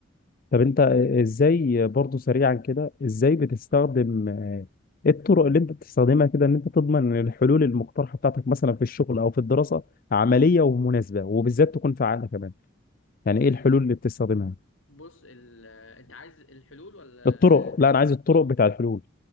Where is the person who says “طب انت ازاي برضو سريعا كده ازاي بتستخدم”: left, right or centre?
Left